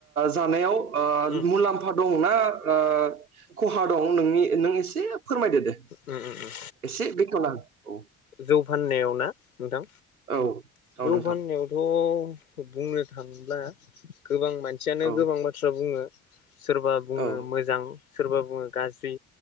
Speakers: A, on the right (about 85°); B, on the left (about 80°).
A: जानायाव
B: उम
A: मुलाम्फा दंना ओ खहा दं नोंनि नों एसे फोरमायदो दे
B: उम उम
A: एसे बेखेवना हो औ
B: जौ फाननायाव ना नोंथां
A: औ औ
B: जौ
A: नोंथां
B: फाननायावथ' बुंनो थांब्ला गोबां मानसियानो
A: औ
B: गोबां बाथ्रा बुङो सोरबा बुङो
A: औ
B: मोजां सोरबा बुङो गाज्रि